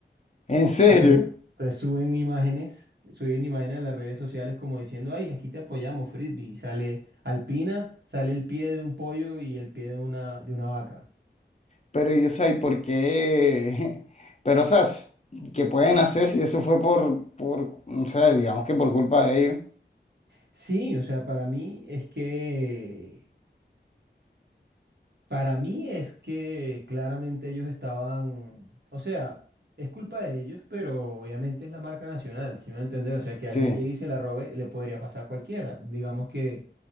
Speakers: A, on the left; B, on the right.
A: En serio.
B: Entonces, entonces suben imágenes, suben imágenes a las redes sociales como diciendo, ay, aquí te apoyamos, Frisbee. Y sale Alpina, sale el pie de un pollo y el pie de una, de una vaca.
A: Pero yo sé, ¿y por qué? <laughs> Pero, o sea, s- ¿qué pueden hacer si eso fue por, por, o sea, digamos que por culpa de ellos?
B: Sí, o sea, para mí es que, para mí es que claramente ellos estaban, o sea, es culpa de ellos, pero obviamente es la marca nacional, si me va a entender, o sea, que alguien
A: Sí.
B: llegue y se la robe, le podría pasar a cualquiera. Digamos que,